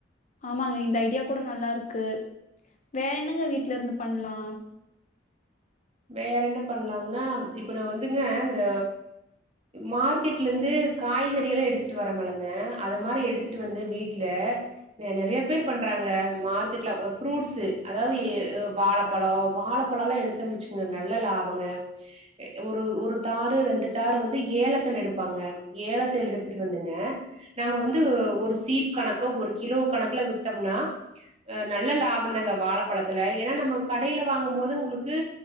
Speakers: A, on the left; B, on the right.
A: ஆமாங்க இந்த ஐடியா கூட நல்லா இருக்கு வேற என்னங்க வீட்டுல இருந்து பண்லா
B: வேற என்ன பண்ணலாங்ன்னா இப்ப நா வந்துங்க இந்த மார்க்கெட்ல இருந்து காய்கறி எல்லாம் எடுத்துட்டு வர மலங்க அது மாரி எடுத்துட்டு வந்து வீட்டுல நறையா பேர் பண்றாங்க மார்க்கெட்ல ஃப்ரூட்ஸ் அதாவது வாழப்பழ வாழப்பழல்லா எடுத்தம்ன் வச்சுக்குங் நல்ல லாபங்க ஒரு ஒரு தாரு ரெண்டு தாரு வந்து ஏலத்துல எடுப்பாங்க ஏலத்துல எடுத்துட்டு வந்துங்க நாம வந்து ஒரு சீப் கணக்கு ஒரு கிலோ கணக்குல வித் பாத்தோம்னா அ நல்ல லாபம்தாங்க வாழப்பழத்துல ஏன்னா நம்ம கடையில வாங்கும் போது உங்களுக்கு